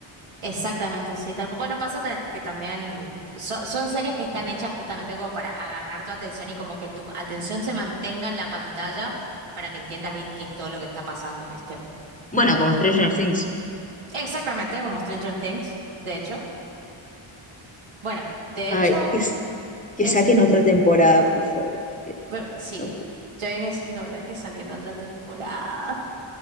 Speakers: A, on the right; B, on the left.
A: Exactamente, sí, tal cual. Bueno, pasa ta- que también so- son series que están hechas justamente como para agarrar tu atención y como que tu atención se mantenga en la pantalla para que entiendas bien qué es todo lo que está pasando, ¿viste?
B: Bueno, como Stranger Things.
A: Exactamente, como Stranger Things, de hecho. Bueno, de
B: Ay,
A: hecho,
B: que, s- que
A: es,
B: saquen otra temporada, por favor
A: ver- sí,
B: No, pu-
A: ya viene siendo hora que saquen otra temporada. <laughs>